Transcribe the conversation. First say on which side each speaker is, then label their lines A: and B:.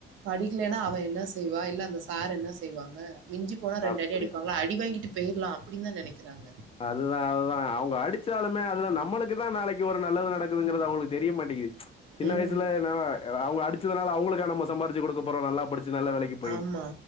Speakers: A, on the right; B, on the left.
A: படிக்லேன்னா அவ என்ன செய்வா இல்ல அந்த சார் என்ன செய்வாங்க மிஞ்சி போனா ரெண்டடி
B: அப்டிதா
A: அடிப்பாங்ளா அடி வாங்கிட்டுப் பெய்ர்லாம் அப்புடின் தான் நெனைக்கிறாங்க
B: அதுதான் அதுதான் அவுங்க அடிச்சாலுமே அதுல நம்மளுக்கு தான் நாளைக்கு ஒரு நல்லது நடக்குதுங்கறது அவுங்குளுக்கு தெரிய மாட்டிகிது சின்ன
A: ம்.
B: வயசுல நாவா ஆ அவுங்க அடிச்சதுனால அவுங்குளுக் கா நம்ம சம்பாரிச்சி குடுக்க போறோம் நல்லா படிச்சு நல்ல வேலக்கி போய்
A: ஆமா.